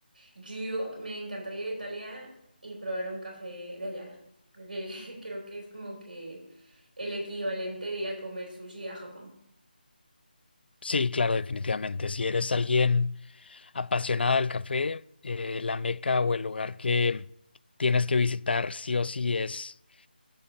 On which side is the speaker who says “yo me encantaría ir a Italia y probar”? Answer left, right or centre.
Right